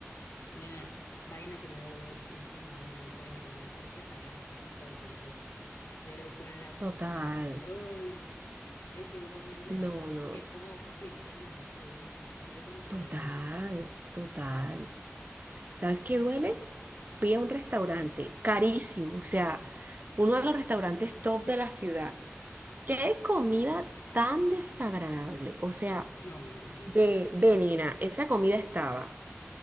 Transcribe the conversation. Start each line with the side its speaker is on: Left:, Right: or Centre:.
Left: nena, vaina que me dé dolor y es que me vaya mal con la comida. A mí que me vaya mal con cualquier cosa, pero con la comida,
Right: Total.
Left: ay, es que uno, uno le
Right: No,
Left: da hasta dolor
Right: no.
Left: porque es como, papi, es el alimento de uno, no se metan con
Right: Total,
Left: el alimento de uno.
Right: total. ¿Sabes qué duele? Fui a un restaurante carísimo, o sea, uno de los restaurantes top de la ciudad. Qué comida tan desagradable. O sea,
Left: No, no,
Right: ve,
Left: no, no, no,
Right: ve,
Left: no.
Right: Nina, esa comida estaba.